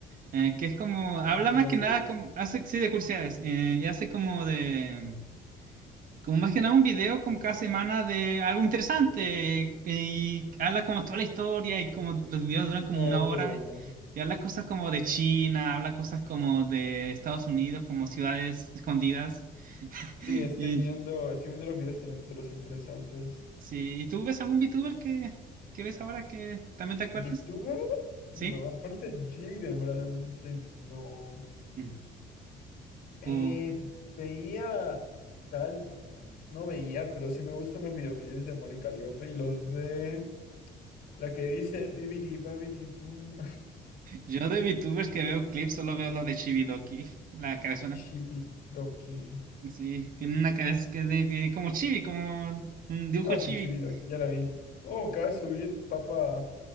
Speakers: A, on the right (about 55°); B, on the left (about 65°).
A: eh, que es como, habla
B: Of Curiosities.
A: más que nada, como, hace, sí, de curiosidades, eh, y hace como de... como más que nada un video como cada semana de algo interesante que- y habla como toda la historia y como los videos duran como
B: Oh,
A: una hora
B: qué bueno.
A: y habla cosas como de China, habla cosas como de Estados Unidos, como ciudades escondidas <laughs>
B: Sí, estoy
A: y
B: viendo, estoy viendo los videos, tienen títulos interesantes.
A: sí, ¿y tú ves algún VTuber que, que ves ahora que también te acuerdes?
B: ¿VTuber? No,
A: ¿Sí?
B: aparte Jaden probablemente no.
A: Mm.
B: Eh,
A: O-
B: veía tal, bueno, no veía, pero sí me gustan los videoclips de Mori Caliope y los de... La que dice Bibidi Babidi Boo
A: yo de VTubers que veo clips solo veo lo de Chibidoki, la cabezona.
B: Chibidoki. <laughs>
A: Sí, tiene una cabeza que de- de- como chibi, como un dibujo
B: Ah,
A: chibi.
B: sí, Chibidoki, ya la vi. Oh, acaba de subir Papa